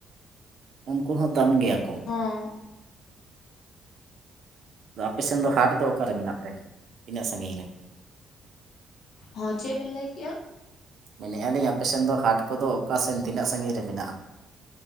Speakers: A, on the right; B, on the left.
A: ᱩᱱᱠᱩ ᱦᱚᱸ ᱫᱟᱢ ᱜᱮᱭᱟ ᱠᱚ
B: ᱦᱮᱸ
A: ᱟᱫᱚ ᱟᱯᱮᱥᱱ ᱫᱚ ᱦᱟᱴ ᱫᱚ ᱚᱠᱟᱨᱮ ᱢᱮᱱᱟᱜ ᱛᱮ ᱛᱤᱱᱟᱹᱜ ᱥᱟᱺᱜᱤᱧ ᱨᱮ
B: ᱦᱚᱸ ᱪᱮᱫ ᱵᱤᱱ ᱞᱟᱹᱭ ᱠᱮᱜᱼᱟ
A: ᱢᱮᱱᱮᱫ ᱟ. ᱞᱤᱧ ᱟᱯᱮ ᱥᱮᱫ ᱫᱚ ᱦᱟᱴ ᱠᱚᱫᱚ ᱚᱠᱟᱥᱮᱱ ᱛᱤᱱᱟᱹᱜ ᱥᱟ. ᱜᱤᱧ ᱨᱮ ᱢᱮᱱᱟᱜᱼᱟ?